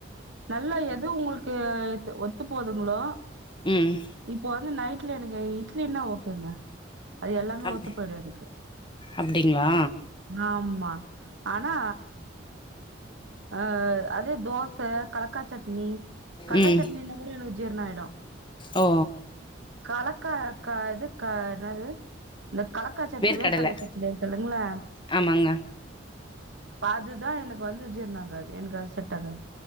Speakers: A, on the right (about 75°); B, on the left (about 25°).
A: நல்லா எது உங்களுக்கு ஒத்து போதுங்களோ
B: ம்
A: இப்ப வந்து நைட்ல எனக்கு இட்லனா ஓகேங்க அது எல்லாமே
B: அப்
A: ஒத்து போயிடு எனக்கு
B: அப்டிங்களா
A: ஆமா ஆனா அ அதே தோச கலக்கா சட்னி கல்ல
B: ம்
A: சட்னின்னா கூட எனக்கு ஜீர்ணம் ஆயிடு
B: ஓ
A: கலக்கா இது க என்னது இந்த கலக்கா சட்னி
B: வேர்க்கடல
A: வேர்கடல சட்னி இருக்கு இல்லங்களா
B: ஆமாங்க
A: அதுதா எனக்கு வந்து ஜீர்ணம் ஆகாது எனக்கு அது செட் ஆகாது